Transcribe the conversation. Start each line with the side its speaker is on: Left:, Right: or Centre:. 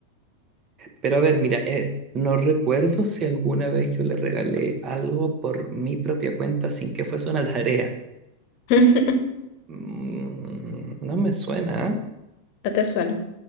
Right: Pero a ver, mira, eh, no recuerdo si alguna vez yo le regalé algo por mi propia cuenta sin que fuese una <laughs> tarea.
Left: <laughs>
Right: Mm, no me suena, ¿eh?
Left: No te suena.